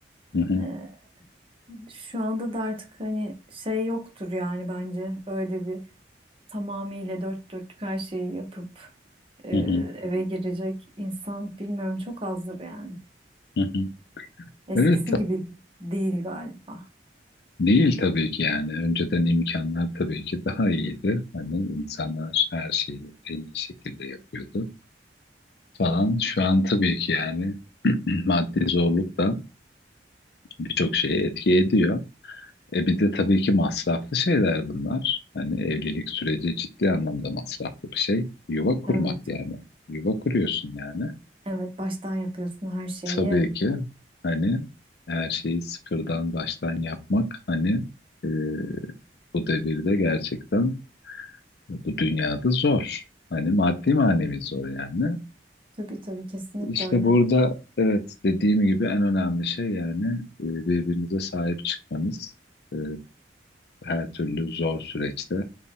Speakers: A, on the left; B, on the right.
A: Hı hı,
B: Ee, Şu anda da artık hani şey yoktur yani bence öyle bir tamamıyla dört dörtlük her şeyi yapıp e,
A: hı hı,
B: eve girecek insan bilmiyorum çok azdır yani.
A: hı hı.
B: Eskisi
A: Evet, ta-
B: gibi değil galiba.
A: değil tabii ki yani. Önceden imkanlar tabii ki daha iyiydi. Hani insanlar her şeyi en iyi şekilde yapıyordu falan. Şu an tabii ki yani <clears throat> maddi zorluk da birçok şeye etki ediyor. E bir de tabii ki masraflı şeyler bunlar. Hani evlilik süreci ciddi anlamda masraflı bir şey. Yuva kurmak
B: Evet,
A: yani. Yuva kuruyorsun yani.
B: evet baştan yapıyorsun her şeyi.
A: Tabii ki hani her şeyi sıfırdan baştan yapmak hani e, bu devirde gerçekten bu dünyada zor. Hani maddi manevi zor yani.
B: Tabii tabii kesinlikle
A: İşte
B: öyle.
A: burada evet dediğim gibi en önemli şey yani e, birbirinize sahip çıkmanız. E, her türlü zor süreçte